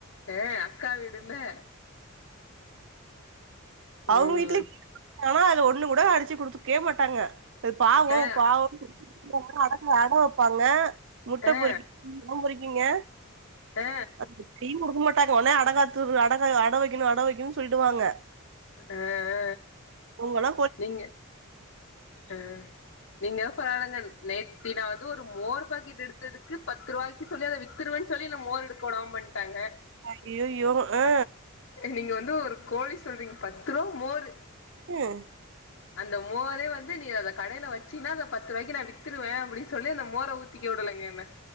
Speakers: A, on the left; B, on the right.
A: ஏ அக்கா வீடுன்னு
B: அவங்க
A: ம்
B: வீட்டுலயு ஆனா அத ஒண்ணு கூட அடிச்சு குடுக்கயே மாட்டாங்க அது பாவோ
A: ஆ
B: பாவோ <inaudible> அட அட வப்பாங்க முட்ட
A: ஆ ஆ
B: பொரிய எல்லா பொறிக்குங்க
A: ஆ
B: அப்டியு குடுக்க மாட்டாங்க ஒடனே அடகாத்துரு அடகா அட வக்கணு அட வக்கணுன்னு சொல்லிடுவாங்க
A: ஆ
B: உங்கள
A: நீங்க ஆ நீங்க வேணா பாருங்க நேத்தி நா வந்து ஒரு மோர் பாக்கெட் எடுத்ததுக்கு பத்து ரூபாய் சொல்லி அத வித்துருவேன்னு சொல்லி என்ன மோர் எடுக்க விடாம பண்ணிட்டாங்க
B: அய்யய்யோ ஆ
A: நீங்க வந்து ஒரு கோழி சொல்றீங்க பத்து ரூவா மோரு
B: ம்
A: அந்த மோரே வந்து நீ அத கடேல வச்சின்னா அத பத்து ரூபாய்க்கு நா வி்த்துருவே அப்டின்னு சொல்லி அந்த மோர ஊத் திங்க விடலங்க என்ன